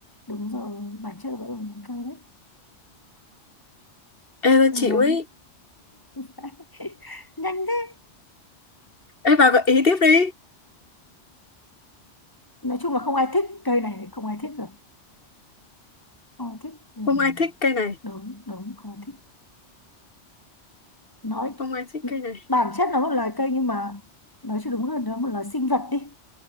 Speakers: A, on the left; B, on the left.
A: Đúng rồi, bản chất là vẫn là một loài cây đấy.
B: Ê tôi
A: Đừng
B: chịu
A: đấy.
B: ấy.
A: <laughs> Nhanh thế.
B: Ê bà gợi ý tiếp đi.
A: Nói chung là không ai thích cây này thì không ai thích rồi. Không ai thích. Ừ.
B: Không ai thích cây này,
A: Đúng, đúng, không ai thích. Nói
B: không ai thích cây này.
A: bản chất nó là một loài cây nhưng mà nói cho đúng hơn nó là một loài sinh vật đi.